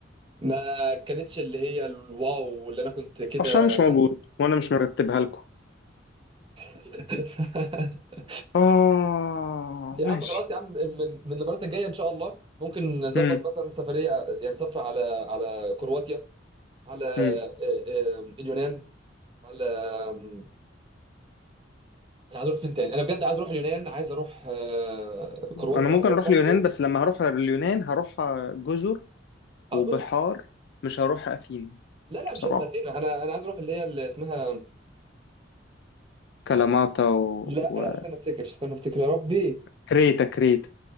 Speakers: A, on the right; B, on the left.
A: ما كانتش اللي هي الواو اللي انا كنت كده
B: عشان مش موجود وانا مش مرتبها لكم
A: <laughs>
B: اه
A: يا
B: ماشي
A: عم خلاص يا عم من من المرات الجايه ان شاء الله ممكن نظبط
B: امم
A: مثلا سفريه يعني سفره على على كرواتيا على آه،
B: امم
A: آه، اليونان على آم، انا عايز اروح فين تاني انا بجد عايز اروح اليونان عايز اروح آه، كرواتيا
B: انا ممكن
A: عايز اروح
B: اروح
A: برضو
B: اليونان بس لما هروح اليونان هروح جزر
A: اه
B: وبحار
A: جزر
B: مش هروح اثينا
A: لا لا
B: بصراحة
A: مش لازم اثينا انا انا عايز اروح اللي هي اللي اسمها
B: كلاماتا
A: آه،
B: و...
A: لا لا استنى افتكر استنى افتكر يا ربي
B: وكريتا كريتا